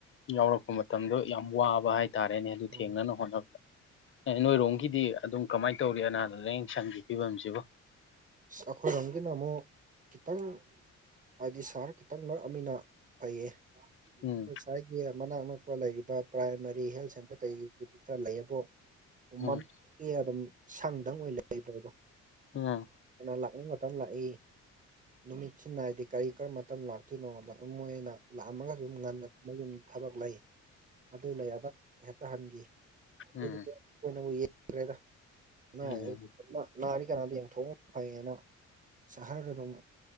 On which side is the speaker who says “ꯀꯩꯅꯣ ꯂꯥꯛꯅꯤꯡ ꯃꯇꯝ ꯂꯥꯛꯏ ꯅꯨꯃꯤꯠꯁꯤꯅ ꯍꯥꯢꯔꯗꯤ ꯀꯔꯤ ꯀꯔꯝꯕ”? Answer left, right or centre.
Right